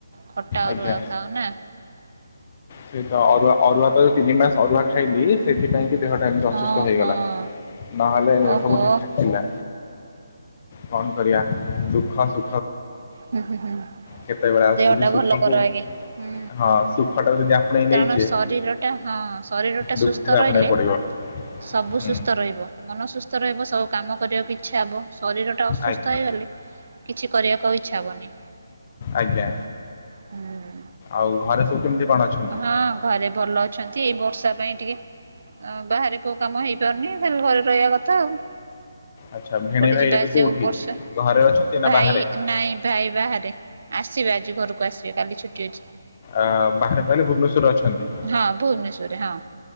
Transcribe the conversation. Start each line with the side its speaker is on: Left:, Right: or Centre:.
Right: ଖଟା
Left: ଆଜ୍ଞା।
Right: ଅରୁୁଆ ଖାାଉ ନାଁ?
Left: ସେ ଅରୁଆ ଅରୁଆ ତ ଯୋଉ ତିନି ମାସ ଅରୁଆ ଖାଇଲିି ସେଥିପାଇଁ କି ଦେହଟା ଏମିତି
Right: ହଁ
Left: ଅସୁସ୍ଥ ହେଇଗଲା
Right: ହଁ
Left: ନହେଲେ
Right: ଓହୋ
Left: ସବୁ ଠିକ୍ ଠାକ ଥିଲା। କଣ କରିବା ଦୁଃଖ ସୁ
Right: ହୁଁ ହୁଁ
Left: କେତେବେଳେ ଆଉ
Right: ଦେହଟା
Left: ଯଦି ସୁଖକୁ
Right: ଭଲ କର ଆଗେ। ହୁଁ।
Left: ହଁ ସୁଖଟାକୁ ଯଦି ଆପଣେଇ ନେଇଛେ
Right: କାରଣ ଶରୀରଟା ହଁ ଶରୀର ଟା
Left: ଦୁଃଖକୁ
Right: ସୁସ୍ଥ
Left: ବି ଆପଣେଇବାକୁ
Right: ରହିଲେ
Left: ପଡିବ
Right: ସବୁ
Left: ହୁଁ
Right: ସୁସ୍ଥ ରହି ବ ମନ ସୁସ୍ଥ ରହିବ ସବୁ କାମ କରିବାକୁ ଇଚ୍ଛା ହବ ଶରୀର ଟା ଅସୁସ୍ଥ
Left: ଆଜ୍ଞା
Right: ହେଇଗଲେ କିଛି କରିବାକୁ ଆଉ ଇଚ୍ଛା ହବନି।
Left: ଆଜ୍ଞା,
Right: ହୁଁ
Left: ଆଉ ଘରେ ସବୁ କେମିତି କଣ ଅଛନ୍ତି?
Right: ହଁ ଘରେ ଭଲ ଅଛନ୍ତି, ଏଇ ବର୍ଷା ପାଇଁ ଟିକେ ବାହାରେ କୋଉ କାମ ହେଇପାରୁନି ଖାଲି ଘରେ ରହିବା କଥା ଆଉ।
Left: ଆଚ୍ଛା ଭେଣେଇ
Right: କୋଉଠି
Left: ଭାଇ
Right: ଯିବା
Left: ଏବେ
Right: ଆସିବାକୁ
Left: କୋଉଠି
Right: ବର୍ଷା
Left: ଘରେ ଅଛନ୍ତି
Right: ଭାଇ
Left: ନା ବାହାରେ?
Right: ନାଇଁ ଭାଇ ବାହାରେ ଆସିବେ ଆଜି ଘରକୁ ଆସିବେ କାଲି ଛୁଟି ଅଛି।
Left: ଆ ବାହାରେ କହିଲେ ଭୁବନେଶ୍ଵରରେ ଅଛନ୍ତି,
Right: ହଁ ଭୁବନେଶ୍ୱରରେ ହଁ